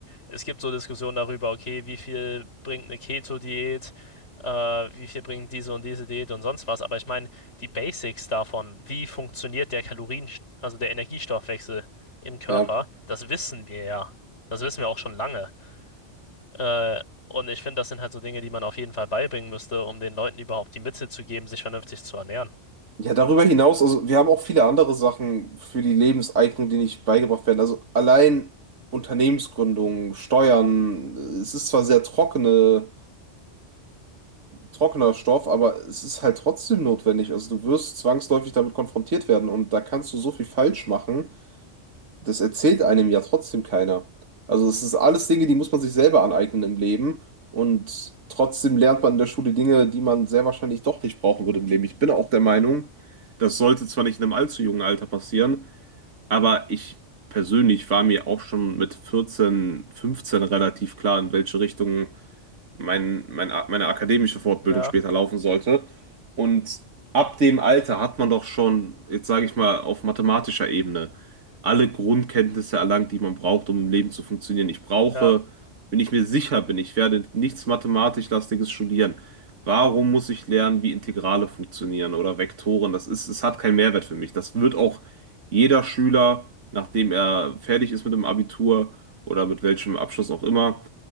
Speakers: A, on the left; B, on the right.
A: Es gibt so Diskussionen darüber, okay, wie viel bringt eine Keto-Diät, äh, wie viel bringt diese und diese Diät und sonst was, aber ich meine, die Basics davon, wie funktioniert der Kalorien, also der Energiestoffwechsel im Körper,
B: ja.
A: das wissen wir ja. Das wissen wir auch schon lange. Äh, und ich finde, das sind halt so Dinge, die man auf jeden Fall beibringen müsste, um den Leuten überhaupt die Mittel zu geben, sich vernünftig zu ernähren.
B: Ja, darüber hinaus, also wir haben auch viele andere Sachen für die Lebenseignung, die nicht beigebracht werden. Also allein Unternehmensgründung, Steuern, es ist zwar sehr trockene trockener Stoff, aber es ist halt trotzdem notwendig. Also du wirst zwangsläufig damit konfrontiert werden und da kannst du so viel falsch machen, das erzählt einem ja trotzdem keiner. Also es ist alles Dinge, die muss man sich selber aneignen im Leben und trotzdem lernt man in der Schule Dinge, die man sehr wahrscheinlich doch nicht brauchen würde im Leben. Ich bin auch der Meinung, das sollte zwar nicht in einem allzu jungen Alter passieren, aber ich persönlich war mir auch schon mit 14, 15 relativ klar, in welche Richtung mein, mein, meine akademische Fortbildung
A: Ja,
B: später laufen sollte. Und ab dem Alter hat man doch schon, jetzt sage ich mal, auf mathematischer Ebene alle Grundkenntnisse erlangt, die man braucht, um im Leben zu funktionieren. Ich brauche,
A: ja,
B: wenn ich mir sicher bin, ich werde nichts mathematisch-lastiges studieren. Warum muss ich lernen, wie Integrale funktionieren oder Vektoren? Das ist, es hat keinen Mehrwert für mich. Das wird auch jeder Schüler, nachdem er fertig ist mit dem Abitur oder mit welchem Abschluss auch immer,